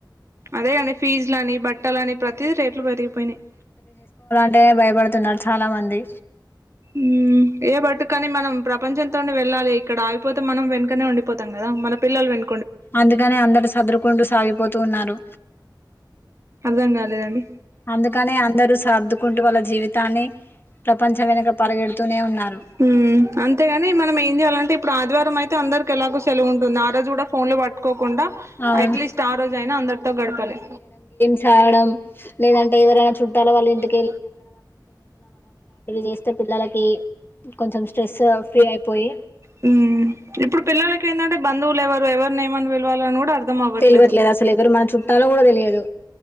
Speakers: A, on the right (about 40°); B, on the left (about 30°).
A: అదే అండి ఫీజు లని బట్టలని ప్రతిది రేట్లు పెరిగిపోయినాయి
B: అంటే భయపడుతున్నారు చాలా మంది
A: ఊ మ్ ఏ బట్ కానీ మనం ప్రపంచంతోనే వెళ్ళాలి ఇక్కడ ఆగిపోతే మనం వెనుకనే ఉండిపోతాం కదా మన పిల్లలు వెన్
B: అందుకనే అందరూ సదురుకుంటూ సాగిపోతూ ఉన్నారు
A: అర్థం కాలేదండి
B: అందుకనే అందరూ సర్దుకుంటూ వాళ్ళ జీవితాన్ని ప్రపంచం వెనక పరిగెడుతూనే ఉన్నారు
A: మ్ అంతేగాని మనం ఏం చేయాలంటే ఇప్పుడు ఆదివారం అయితే అన్ అందరికి ఎలాగో సెలవు ఉంటుంది ఆ రోజు కూడా ఫోన్ లు పట్టుకోకుండా
B: అవును
A: అట్లీస్ట్ ఆ రోజు అయినా అందరితో గడపాలి
B: చదవడం లేదంటే ఎవరైనా చుట్టాల వాళ్ళ ఇంటి
A: <unintelligible>
B: చేస్తే పిల్లలకి కొంచెం స్ట్రెస్ ఫ్రీ అయిపోయి
A: హ్మ్! ఇప్పుడు పిల్లలకి ఏంటంటే బంధువులు ఎవరు? ఎవరు ఏమని పిలవాలని కూడా అర్థం అవ్వట్లేదు.
B: తెలియట్లేదు అసలు ఎవరు మన చుట్టాలో కూడా తెలియదు